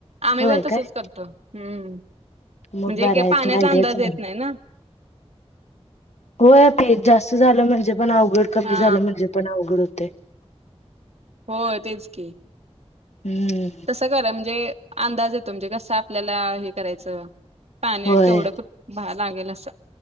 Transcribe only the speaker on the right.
आम्ही
पण तसच
करतो, हम्म.
म्हणजे
पाण्याचा
अंदाज
येत नाही ना,
हा
हो तेच की
तसं कररा म्हणजे अंदाज येतो म्हणजे कसं आपल्याला हे करायचं, पाणीवढं
भर लागेल असं